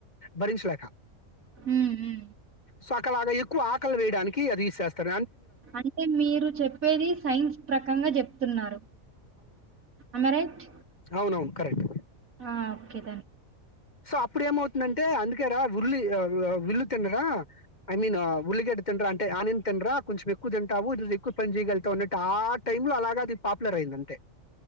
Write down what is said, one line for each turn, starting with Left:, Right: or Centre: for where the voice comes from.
Left: భరించలేక
Right: ఉమ్ ఉమ్
Left: సోకలగా ఎక్కువ పక్కలు వెయ్యడానికి అది ఇసేస్తారు
Right: అంటే మీరు చెప్పేది సైన్స్ ప్రకంగా చెప్తున్నారు ఆమరైట్
Left: అవున అవును కరెక్ట్
Right: ఆ ఓకేదాం
Left: సో అప్పుడు ఏమవుతుందంటే అందుకే రా ఉల్లి ఉల్లి తినరా ఐ మీన్ ఉల్లిగడ్డ తినరా అంటే ఆనియన్ తినరా కొంచెం ఎక్కువ తింటావు ఇది ఎక్కువ పని చేయగలుగుతా ఉన్నట్టు ఆ టై లో అలాగా అది పాపులర్ అయింది అంటే